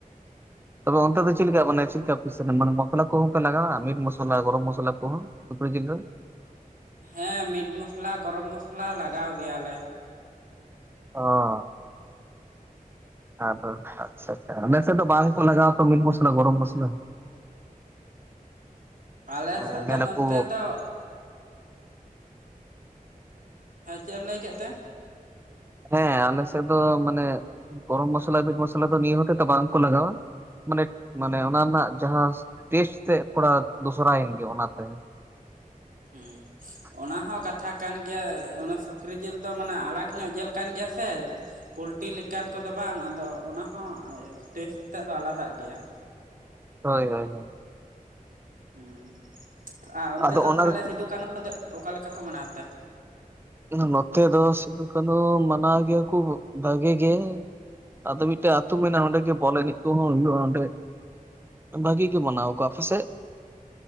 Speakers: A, on the right (about 15°); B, on the right (about 70°).
A: ᱛᱚᱵᱮ ᱚᱱᱛᱮ ᱫᱚ ᱪᱮᱫ ᱞᱮᱠᱟ ᱢᱟᱱᱮ ᱪᱮᱫ ᱞᱮᱠᱟ ᱯᱮ ᱤᱥᱤᱱᱟ ᱢᱚᱥᱞᱟ ᱠᱚᱦᱚᱸ ᱦᱚ ᱯᱮ ᱞᱟᱜᱟᱣᱟ ᱢᱤᱴ ᱢᱚᱥᱞᱟ ᱜᱚᱨᱚᱢ ᱢᱚᱥᱞᱟ ᱠᱚ ᱦᱚᱸ ᱥᱩᱠᱨᱤ ᱡᱤᱞ ᱨᱮ
B: ᱦᱮᱸ ᱢᱤᱴ ᱢᱚᱥᱞᱟ ᱜᱚᱨᱚᱢ ᱢᱚᱥᱞᱟ ᱞᱟᱜᱟᱣ ᱜᱮᱭᱟᱞᱮ
A: ᱚ ᱟᱫᱚ ᱟᱪᱪᱷᱟ ᱟᱪᱪᱷᱟ ᱟᱞᱮᱥᱮᱫ ᱫᱚ ᱵᱟᱝᱠᱚ ᱞᱟᱜᱟᱣ ᱟᱛᱚ ᱢᱤᱴ ᱢᱚᱥᱞᱟ ᱜᱚᱨᱚᱢ ᱢᱚᱥᱞᱟ
B: ᱟᱞᱮ
A: ᱦᱮᱸ
B: ᱥᱮᱫ
A: ᱢᱮᱱᱟᱠᱚ
B: ᱫᱚ ᱱᱚᱱᱛᱮ ᱫᱚ ᱦᱮᱸ ᱪᱮᱫ ᱮᱢ ᱞᱟᱹᱭ ᱠᱮᱫ ᱛᱮ
A: ᱦᱮᱸ ᱟᱞᱮ ᱥᱮᱫ ᱫᱚ ᱢᱟᱱᱮ ᱜᱚᱨᱚᱢ ᱢᱚᱥᱞᱟ ᱢᱤᱴ ᱢᱚᱥᱞᱟ ᱫᱚ ᱱᱤᱭᱟᱹ ᱦᱚᱛᱮ ᱛᱮ ᱵᱟᱝᱠᱚ ᱞᱟᱜᱟᱣᱟ ᱢᱟᱱᱮ ᱢᱟᱱᱮ ᱚᱱᱟ ᱨᱮᱱᱟᱜ ᱡᱟᱦᱟᱸ ᱴᱮᱥᱴ ᱛᱮ ᱛᱷᱚᱲᱟ ᱫᱚᱥᱨᱟᱭᱮᱱ ᱜᱮ ᱚᱱᱟᱛᱮ <unintelligible>
B: ᱦᱩᱸ ᱚᱱᱟ ᱦᱚᱸ ᱠᱟᱛᱷᱟ ᱠᱟᱱ ᱜᱮᱭᱟ ᱚᱱᱟ ᱥᱩᱠᱨᱤ ᱡᱮᱞ ᱫᱚ ᱢᱟᱱᱮ ᱟᱞᱟᱠ ᱧᱚᱜ ᱡᱮᱞ ᱠᱟᱱ ᱜᱮᱭᱟ ᱥᱮ ᱯᱚᱞᱴᱤ ᱞᱮᱠᱟᱱ ᱠᱚᱫᱚ ᱵᱟᱝ ᱟᱫᱚ ᱚᱱᱟ ᱦᱚᱸ ᱴᱮᱥᱴ ᱛᱮᱫ ᱫᱚ ᱟᱞᱟᱫᱟᱜ ᱜᱮᱭᱟ
A: ᱦᱚᱭ ᱦᱚᱭ ᱦᱚᱭ
B: ᱦᱮᱸ ᱟᱨ ᱚᱱᱛᱮ
A: ᱟᱫᱚ
B: ᱫᱚ
A: ᱚᱱᱟ
B: ᱛᱟᱦᱚᱞᱮ ᱥᱤᱫᱩ ᱠᱟᱹᱱᱩ ᱫᱚ ᱚᱠᱟ ᱞᱮᱠᱟ ᱠᱚ ᱢᱮᱱᱟᱣ ᱛᱮ
A: ᱱᱚᱛᱮ ᱫᱚ ᱥᱤᱫᱩ ᱠᱟᱹᱱᱩ ᱢᱟᱱᱟᱣ ᱜᱮᱭᱟ ᱠᱚ ᱵᱷᱟᱜᱮ ᱜᱮ ᱟᱫᱚ ᱢᱤᱫᱴᱮᱡ ᱟᱹᱛᱳ ᱢᱮᱱᱟᱜᱼᱟ ᱚᱸᱰᱮᱜᱮ ᱵᱚᱞ ᱮᱱᱮᱡ ᱠᱚᱦᱚᱸ ᱦᱩᱭᱩᱜᱼᱟ ᱚᱸᱰᱮ᱾ ᱵᱷᱟᱹᱜᱤ ᱜᱮ ᱢᱟᱱᱟᱣ, ᱟᱠᱚ ᱟᱯᱮ ᱥᱮᱫ?